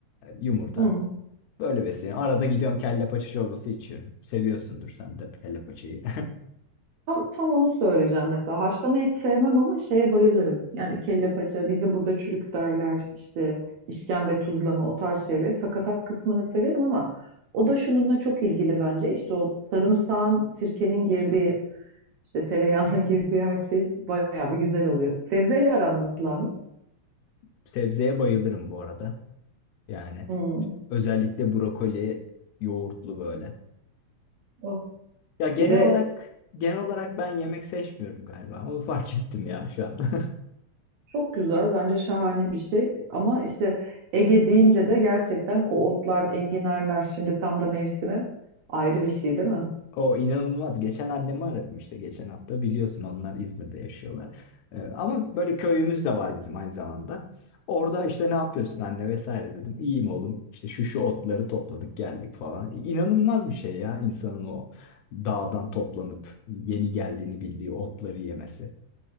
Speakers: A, on the left (about 80°); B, on the right (about 75°).
A: e, yumurta
B: Hı.
A: böyle besleniyorum. Arada gidiyorum kelle paça çorbası içiyorum seviyorsundur sen de kelle paçayı
B: Tam, tam onu söyleyeceğim mesela. Haşlama et sevmem ama şeye bayılırım. Yani kelle paça, bizim burada çürük derler, işte işkembe tuzlama o tarz şeyler. Sakatat kısmını severim ama o da şununla çok ilgili bence. İşte o sarımsağın, sirkenin girdiği, işte tereyağının <laughs> girdiği her şey bayağı bir güzel oluyor. Sebzeyle aran nasıl Ahmet?
A: <laughs> sebzeye bayılırım bu arada. Yani
B: Hmm.
A: Özellikle brokoli yoğurtlu böyle.
B: Oh.
A: Ya genel
B: Bir de
A: olarak genel olarak ben yemek seçmiyorum galiba. Onu <laughs> fark ettim ya şu an. <laughs>
B: çok güzel, bence şahane bir şey. Ama işte Ege deyince de gerçekten o otlar, enginarlar şimdi tam da mevsimi ayrı bir şey değil mi?
A: O inanılmaz. Geçen annemi aradım işte geçen hafta. Biliyorsun onlar İzmir'de yaşıyorlar. Ee, ama böyle köyümüz de var bizim aynı zamanda. Orada işte ne yapıyorsun anne vesaire dedim. İyiyim oğlum. İşte şu şu otları topladık geldik falan. İnanılmaz bir şey ya insanın o dağdan toplanıp yeni geldiğini bildiği otları yemesi.